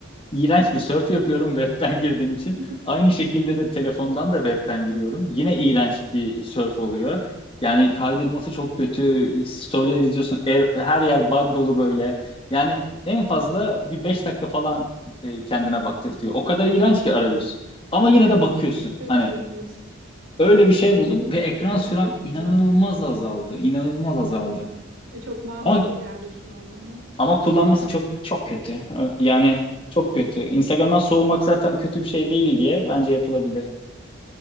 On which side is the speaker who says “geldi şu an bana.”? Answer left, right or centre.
Right